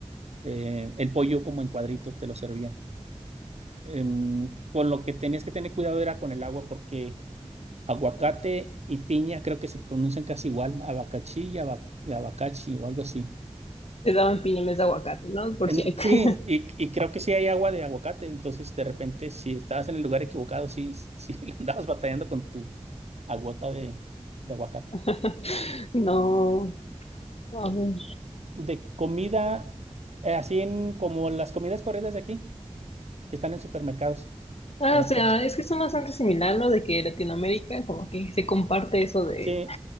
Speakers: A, on the right; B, on the left.
A: Eh, el pollo como en cuadritos te lo servían em, con lo que tenías que tener cuidado era con el agua, porque aguacate y piña creo que se pronuncian casi igual, abacachí y, aba- y abacachi o algo así.
B: Te daban piñones de aguacate, ¿no? Por
A: En-
B: si acaso.
A: sí, y, y creo que sí hay agua de aguacate, entonces de repente si estabas en el lugar equivocado, sí, sí <laughs> le andabas batallando con tu agota de, de aguacate.
B: <laughs> No, a ver.
A: De comida, eh, así en, como las comidas corridas de aquí, que están en supermercados
B: Ah,
A: o en
B: o
A: las
B: sea,
A: plazas.
B: es que son bastante similar, ¿no? De que Latinoamérica como que se comparte eso de
A: Sí,